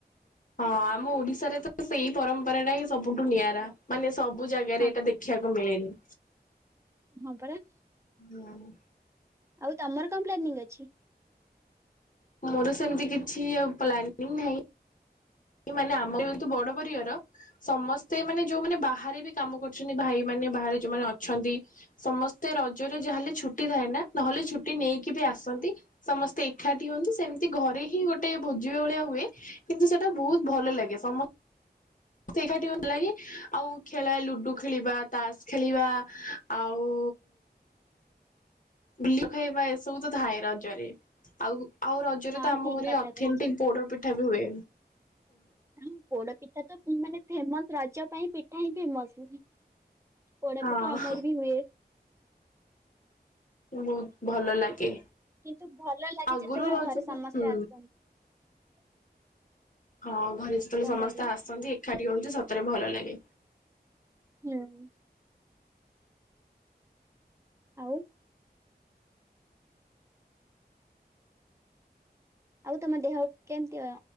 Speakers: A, on the left; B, on the right.
A: ହଁ ଆମ ଓଡିଶାରେ ତ ସେଇ ପରମ୍ପରା ଟା ହିଁ ସବୁଠୁ ନିଆରା ମାନେ ସବୁ ଜାଗାରେ
B: ହଁ
A: ଏଇଟା
B: ପରା
A: ଦେଖି ବାକୁ ମିଳେନି।
B: ହଁ ପରା।
A: ହୁଁ।
B: ଆଉ ତମର କଣ ପ୍ଲାନିଂ ଅଛି?
A: ମୋର ସେମିତି କିଛି ପ୍ଲାନିଂ ନାହିଁ। ମାନେ ଆମର ଯେହେତୁ ବଡ ପରିବାର। ସମସ୍ତେ ମାନେ ଯୋଉମାନେ ବାହାରେ ବି କାମ କରୁଚନ୍ତି ଭାଇ ମାନ ବାହାରେ ଯୋଉମାନେ ଅଛନ୍ତି। ସମସ୍ତେ ରଜରେ ଯାହେଲେ ଛୁଟି ଥାଏ ନା ନହେଲେ ଛୁଟି ନେଇକି ବି ଆସନ୍ତି ସମସ୍ତେ ଏକାଠି ହୁଅନ୍ତୁ ସେମିତି ଘରେ ହିଁ ଗୋଟେ ଭୋଜି ଭଳିଆ ହୁଏ କିନ୍ତୁ ସେଟା ବହୁତ ଭଲ ଲାଗେ। ସମସ୍ତେ ସମସ୍ତେ ଏକାଠି ହୁଅନ୍ତି ଭଲ ଲାଗେ ଆଉ ଖେଳାଏ ଲୁଡୁ ଖେଳିବା ତାସ ଖେଳିବା ଆଉ <unintelligible> ଖାଇବା ଏସବୁ ତ ଥାଏ ରଜରେ। ଆଉ ଆଉ ରଜରେ
B: ହଁ
A: ତ ଆମ
B: ଠିକ
A: ଘରେ
B: କଥା
A: ଅଥେଣ୍ଟିକ
B: କହିଛ
A: ପୋଡର ପିଠା ବି ହୁଏ।
B: ହଁ ପୋଡ ପିଠା ତ ମାନେ ଫେମସ ରଜ ପାଇଁ ପିଠା ହିଁ ଫେମସ। ପୋଡାପିଠା
A: ହଁ।
B: ଆମର ବି ହୁଏ।
A: ବହୁତ ଭଲ ଲାଗେ।
B: କିନ୍ତୁ ଭଲ ଲାଗେ
A: ଆଗରୁ
B: ଯେତେବେଳେ
A: ରହୁଛି
B: ଘରେ
A: ହୁଁ
B: ସମସ୍ତେ ଆସନ୍ତି।
A: ହଁ ଘରେ ଯେତେବେଳେ
B: କଣ
A: ସମସ୍ତେ
B: କହିଲ
A: ଆସନ୍ତି ଏକାଠି ହୁଅନ୍ତି ସତରେ ଭଲ ଲାଗେ।
B: ହୁଁ ଆଉ ଆଉ ତମ ଦେହ କେମିତି ଅ